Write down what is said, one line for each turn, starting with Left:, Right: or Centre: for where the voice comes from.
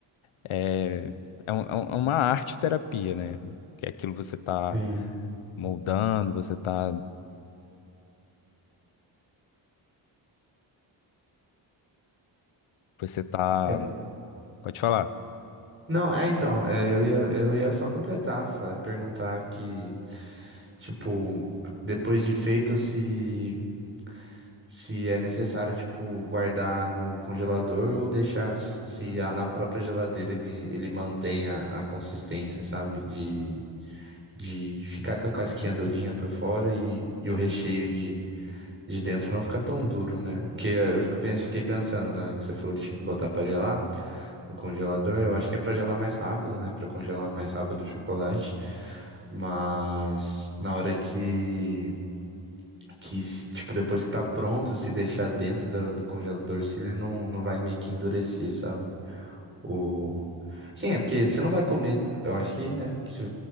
Left: é, é, um- é um- é uma arte terapia, né? Que é aquilo que você tá
Right: sim.
Left: moldando, você tá. Você tá.
Right: É,
Left: Pode falar.
Right: Não, é então, é, eu ia, eu ia só completar, fa- perguntar que, tipo, depois de feito, se se é necessário, tipo, guardar no congelador ou deixar se a- na própria geladeira ele, ele mantém a, a consistência, sabe? De, de ficar com a casquinha durinha por fora e, e o recheio de, de dentro não ficar tão duro, né? Porque eh, eu fico, pens- fiquei pensando, né, que você falou que tinha que botar pra gelar no congelador. Eu acho que é pra gelar mais rápido, né? Pra congelar mais rápido o chocolate. Mas na hora que que, s- tipo, depois que tá pronto, se deixar dentro do, do congelador, se ele não, não vai meio que endurecer, sabe? O... Sim, é porque você não vai comer, eu acho que, né? se